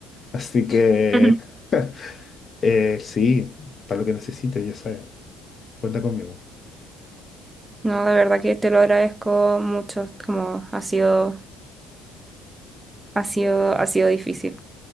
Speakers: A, on the left; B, on the right.
A: Así que,
B: Ujú.
A: <laughs> eh, sí, para lo que necesites, ya sabes. Cuenta conmigo.
B: No, de verdad que te lo agradezco mucho, como ha sido, ha sido, ha sido difícil.